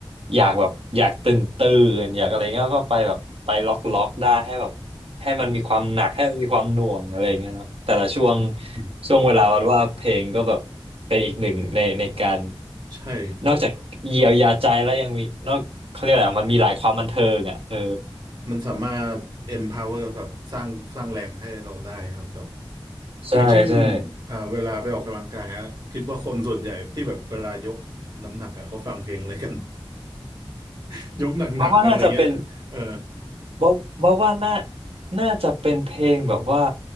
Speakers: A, on the right (about 80°); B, on the right (about 50°).
A: อยากแบบอยากตื่นตื่นอยากอะไรเงี้ยก็ไปแบบไปล็อกล็อกได้ให้แบบ ให้มันมีความหนักให้มันมีความหน่วงอะไรอย่างเงี้ยเนาะแต่ละช่วง
B: ครับอืม
A: ช่วงเวลาวัดว่าเพลงก็แบบเป็นอีกหนึ่งในในการ
B: อืมใช่
A: นอกจากเยียวยาใจแล้วยังมีนอกเขาเรียกอะไรมันมีหลายความบันเทิงอ่ะเออ
B: มันสามารถ empower แบบสร้างสร้างแรงให้เราได้ครับแบบ
A: ใช่ใช่
B: อย่างเช่นอ่าเวลาไปออกกำลังกายอะคิดว่าคนส่วนใหญ่ที่แบบเวลายกน้ำหนักอะเขาฟังเพลงอะไรกัน <laughs> ยกหนักๆกันอะไรเงี้ยเออ
A: บ้าว่าน่าจะเป็นบ้าบ้าว่าน่าน่าจะเป็นเพลงแบบว่า